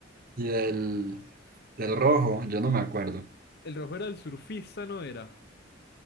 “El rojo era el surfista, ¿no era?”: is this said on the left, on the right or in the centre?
Left